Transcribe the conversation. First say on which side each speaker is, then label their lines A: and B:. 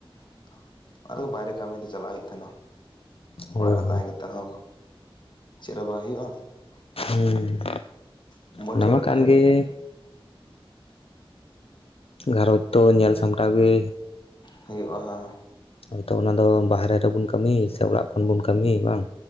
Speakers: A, on the left; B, on the left.
A: <inaudible> ᱚᱱᱟ ᱛᱮᱜᱮ ᱵᱟᱭᱨᱮ ᱠᱟᱹᱢᱤ ᱫᱚ ᱪᱟᱞᱟᱜ ᱦᱩᱭᱩᱜ ᱛᱟᱦᱮᱸᱱᱟ ᱾
B: ᱦᱳᱭ
A: <inaudible> ᱚᱲᱟᱜ ᱨᱮ
B: ᱦᱳᱭ
A: ᱛᱟᱦᱮᱸ ᱠᱟᱛᱮᱫ ᱦᱚᱸ ᱪᱮᱫ ᱦᱚᱸ ᱵᱟᱝ ᱦᱩᱭᱩᱜᱼᱟ ᱾
B: ᱦᱩᱸ
A: <inaudible> ᱵᱚᱪᱷᱚᱨ
B: ᱚᱱᱟ ᱢᱟ ᱠᱟᱱ
A: ᱨᱮᱱᱟᱜ
B: ᱜᱮ ᱜᱷᱟᱨᱚᱸᱡᱽ ᱛᱚ ᱧᱮᱞ ᱥᱟᱢᱴᱟᱣ ᱜᱮ
A: ᱦᱩᱭᱩᱜᱼᱟ ᱦᱟᱸᱜ ᱾
B: ᱦᱳᱭ ᱛᱚ ᱚᱱᱟ ᱫᱚ ᱵᱟᱦᱨᱮ ᱨᱮᱵᱚᱱ ᱠᱟᱹᱢᱤ ᱥᱮ ᱚᱲᱟᱜ ᱠᱷᱚᱱ ᱵᱚᱱ ᱠᱟᱹᱢᱤᱭᱟ ᱵᱟᱝ